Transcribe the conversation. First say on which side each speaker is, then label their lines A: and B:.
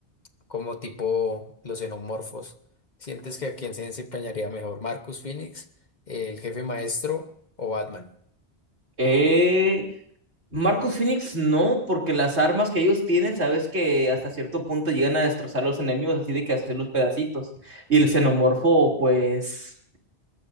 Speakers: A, on the left (about 45°); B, on the right (about 85°).
A: como tipo los xenomorfos. ¿Sientes que a quién se desempeñaría mejor, Marcus Phoenix, el jefe maestro o Batman?
B: Eh, Marcus Phoenix no, porque las armas que ellos tienen, sabes que hasta cierto punto llegan a destrozar a los enemigos, así de que hacer los pedacitos. Y el xenomorfo, pues,